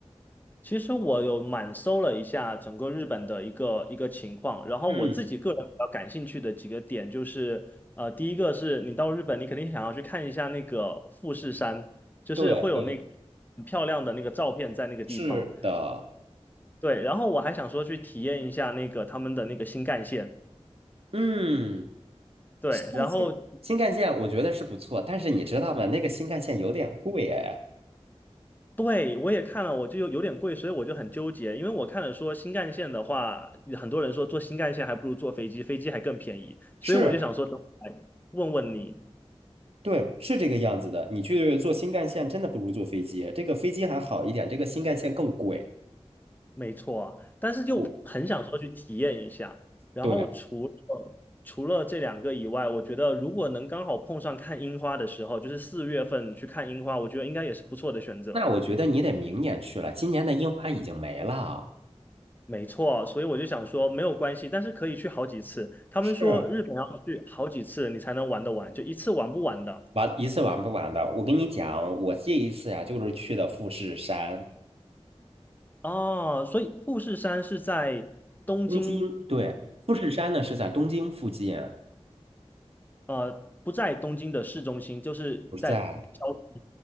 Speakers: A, on the left; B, on the right.
A: 其实我有满搜了一下整个日本的一个一个情况，然后我自己个人比较感兴趣的几个点就是，
B: 嗯，
A: 呃，第一个是你到日本，你肯定想要去看一下那个富士山，就是会有那个
B: 对对，
A: 很漂亮的那个照片在那个地方。
B: 是的。
A: 对，然后我还想说去体验一下那个他们的那个新干线。
B: 嗯，
A: 对，
B: 新干线，
A: 然后
B: 新干线我觉得是不错，但是你知道吗？那个新干线有点贵哎。
A: 对，我也看了，我就有有点贵，所以我就很纠结，因为我看了说新干线的话，很多人说坐新干线还不如坐飞机，飞机还更便宜，所以我就想说，
B: 是。
A: 等我来问问你，
B: 对，是这个样子的。你去坐新干线，真的不如坐飞机。这个飞机还好一点，这个新干线更贵。
A: 没错啊但是就很想说去体验一下。
B: 我
A: 然后除了除了这两个以外，
B: 对，
A: 我觉得如果能刚好碰上看樱花的时候，就是四月份去看樱花，我觉得应该也是不错的选择。
B: 那我觉得你得明年去了，今年的樱花已经没了。
A: 没错，所以我就想说没有关系，但是可以去好几次。他们说日本要去好几次你才能玩得完，
B: 是
A: 就一次玩不完的。
B: 玩一次玩不完的。我跟你讲，我这一次呀、就是去的富士山，
A: 哦，所以富士山是在东京，
B: 东京。对，富士山呢是在东京附近，
A: 呃，不在东京的市中心，就是在郊。
B: 不是在，